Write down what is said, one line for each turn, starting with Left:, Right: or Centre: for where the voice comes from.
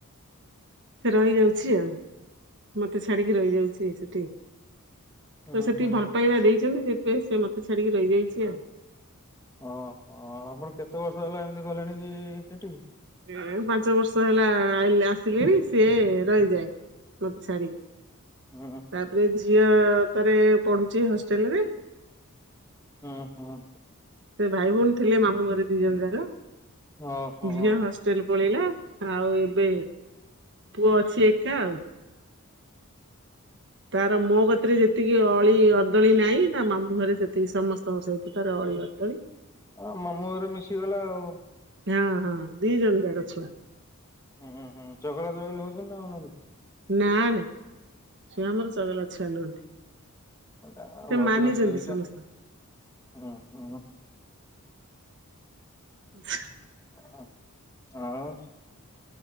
Right: ସେ ରହିଯାଉଛି ଆଉ ମତେ ଛଡ଼ିକି ରହିଯାଇଛି ସେଠି।
Left: ହୁଁ
Right: ସେତିକି
Left: ହୁଁ
Right: ଭଲ ପାଇବା ଦେଇଛନ୍ତି ସେଇଥିପାଇଁ ସେ ମତେ ଛାଡ଼ିକି ରହିଯାଇଛି ଆଉ।
Left: ଓ ହ ଆପଣ କେତେ ବର୍ଷ ହେଲା ଏମିତି ଗଲେଣି କି ସେଠିକି?
Right: ଏ ପାଞ୍ଚ ବର୍ଷ ହେଲା ଆସିଲିଣି ସିଏ ରହିଯାଏ। ମତେ ଛାଡିକି।
Left: ହୁଁ
Right: ତାପରେ ଝିଅ ତାରେ ପଢୁଛି ହଷ୍ଟେଲ ରେ।
Left: ହଁ ହଁ
Right: ସେ ଭାଇ ଭଉଣୀ ଥିଲେ ମାମୁଁ ଘରେ ଦି ଜଣ ଯାକ
Left: ଓହୋ
Right: ଝିଅ ହ ହଷ୍ଟେଲ ପଳେଇଲା ଆଉ ଏବେ ପୁଅ ଅଛି ଏକା ଆଉ। ତାର ମୋ ଗତିରେ ଯେତିକି ଅଳି ଅର୍ଦଳି ନାହିଁ ତା ମାମୁଁ ଘରେ ସେତିକି ସମସ୍ତଙ୍କ ସହିତ ତାର ଅଳି ଅଛି। ତ
Left: ହଁ ମାମୁଁ ଘରେ ମିଶିଗଲା ଆଉ।
Right: ହଁ ହଁ ଦି ଜଣ ଯାକ ଛୁଆ।
Left: ହୁଁ ହୁଁ ଚଗଲା ଚଗଲି ହଉଛନ୍ତି ନା ହଉନାହାନ୍ତି।
Right: ନା ନା ସିଏ ଆମର ଚଗଲା ଛୁଆ ନୁହନ୍ତି।
Left: ଆଉ
Right: ସେ
Left: ଭଦ୍ର
Right: ମାନିଛନ୍ତି
Left: ଛୁଆ ଦିଟା
Right: ସମସ୍ତ
Left: ହୁଁ ହୁଁ।
Right: ଆ
Left: ହ ଆଉ